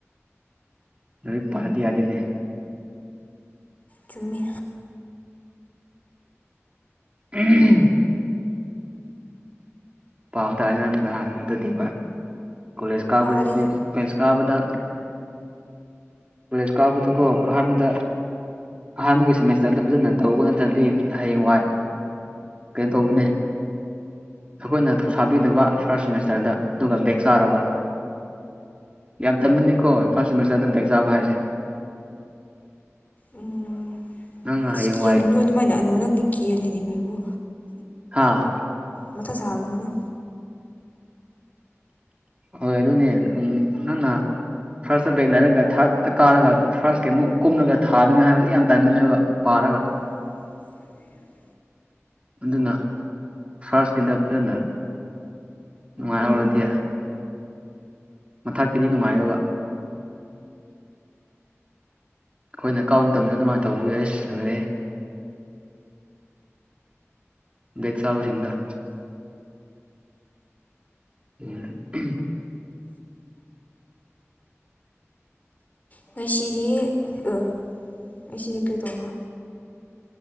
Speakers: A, on the right (about 25°); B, on the left (about 35°).
A: ꯅꯣꯏ ꯄꯥꯔꯗꯤ ꯌꯥꯗꯦꯅꯦ
B: ꯆꯨꯝꯃꯤ
A: ꯎꯝ ꯄꯥꯎ ꯇꯥꯟ ꯅꯠꯇꯗꯤ ꯀꯣꯂꯦꯖ ꯀꯥꯕꯗ
B: ꯄꯥꯗꯦꯗ
A: ꯀꯥꯕꯗ ꯀꯣꯂꯦꯖ ꯀꯥꯎꯕꯗꯨꯀꯣ ꯑꯍꯥꯟꯕꯗ ꯑꯍꯥꯟꯕꯒꯤ ꯁꯦꯃꯦꯁꯇꯔꯗ ꯐꯖꯅ ꯇꯧꯕ ꯅꯠꯇ꯭ꯔꯗꯤ ꯍꯌꯦꯡ ꯋꯥꯏ ꯀꯩ ꯇꯒꯅꯦ ꯑꯩꯈꯣꯏꯅ ꯊꯧꯁꯥꯕꯤꯗꯕ ꯐꯥꯔꯁ ꯁꯦꯃꯤꯁꯇꯔꯗ ꯑꯗꯨꯒ ꯕꯦꯛ ꯆꯥꯔꯕ ꯌꯥꯝ ꯇꯅꯅꯤꯀꯣ ꯐꯥꯔꯁ ꯁꯦꯃꯦꯁꯇꯔꯗꯇꯦꯛ ꯆꯥꯕ ꯍꯥꯏꯁꯦ
B: ꯎꯝ
A: ꯅꯪꯅ
B: ꯑꯁ
A: ꯍꯌꯦꯡꯋꯥꯏ
B: ꯀꯤꯍꯜꯂꯨꯅꯨ ꯑꯗꯨꯃꯥꯏꯅ ꯑꯅꯨ ꯅꯪꯗꯤ ꯀꯦꯍꯜꯂꯤꯅꯦ ꯃꯤꯕꯨꯣ
A: ꯍꯥꯥ
B: ꯃꯊꯁꯍ ꯍꯥꯜꯅꯅ
A: ꯍꯣꯏ ꯑꯗꯨꯅꯦ ꯎꯝ ꯅꯪꯅ ꯐꯥꯔꯁꯇ ꯕꯦꯛ ꯂꯩꯔꯒ ꯊꯥꯔꯗꯠꯇ ꯀꯥꯔꯒ ꯐꯥꯔꯁꯀꯤ ꯑꯃꯨꯛ ꯀꯨꯝꯂꯒ ꯊꯥꯅꯤꯉꯥꯏ ꯍꯥꯏꯕꯁꯤ ꯌꯥꯝ ꯇꯥꯏꯅꯅꯦꯕ ꯄꯥꯔꯒ
B: <unintelligible>
A: ꯑꯗꯨꯅ ꯐꯔꯁꯀꯤꯗ ꯐꯖꯅ ꯅꯨꯡꯉꯥꯏꯍꯧꯔꯗꯤ
B: ꯎꯝ
A: ꯃꯊꯀꯤꯗꯤ ꯅꯨꯡꯉꯥꯏꯕ ꯑꯩꯈꯣꯏꯅ ꯀꯥꯎꯕ ꯃꯇꯝꯗ ꯑꯗꯨꯃꯥꯏꯅ ꯇꯧꯕꯒꯤ ꯑꯩꯁ ꯂꯣꯏꯔꯦ ꯗꯠꯁꯕꯕꯁꯤꯗ ꯎꯝ
B: ꯉꯁꯤꯗꯤ ꯑ ꯉꯁꯤꯗꯤ ꯀꯔꯤꯇꯧꯕꯣ